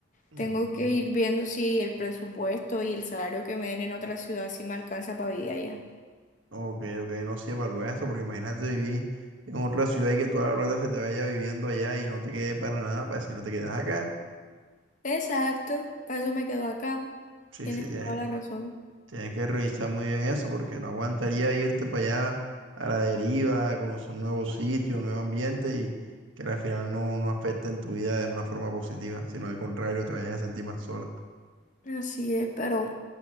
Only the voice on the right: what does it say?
Mm,
ok, ok, no sé, evalúa eso, porque imagínate vivir en otra ciudad y que toda la plata se te vaya viviendo allá y no te quede para nada, para si no te quedas acá.
Sí,
sí, tienes,
tienes que revisar muy bien eso, porque no aguantaría irte para allá a la deriva, a conocer un nuevo sitio, un nuevo ambiente y que al final no, no afecte en tu vida de una forma positiva, sino al contrario, te vayas a sentir más sola.